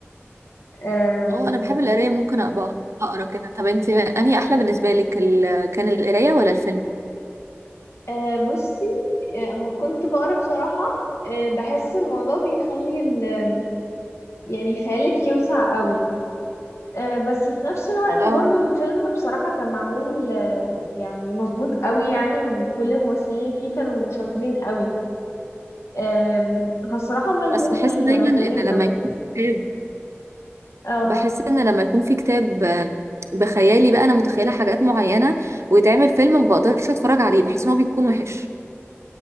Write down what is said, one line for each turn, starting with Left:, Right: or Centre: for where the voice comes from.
Left: آم،
Right: اه انا بحب القرايه ممكن ابقى اقرا كده طب انت انهي احلى بالنسبه لك ال... كان القرايه ولا الفيلم
Left: آه، بصي آه، اما كنت بقرا بصراحه آه، بحس الموضوع بيخلي ال- يعني خيالك يوسع قوي آه، بس في نفس الوقت
Right: اه
Left: برضو الفيلم بصراحة كان معمول آه، يعني مظبوط قوي يعني وكل الممثلين اللي فيه كانوا شاطرين قوي آم، فالصراحة هما الاتنين
Right: بس بحس دايما
Left: كانوا حلوين
Right: ان لما
Left: قوي
Right: يكون في كتاب
Left: اه
Right: بحس ان لما يكون في كتاب آه، بخيالي بقى انا متخيله حاجات معينه ويتعمل فيلم ما بقدرش اتفرج عليه بحس ان هو بيكون وحش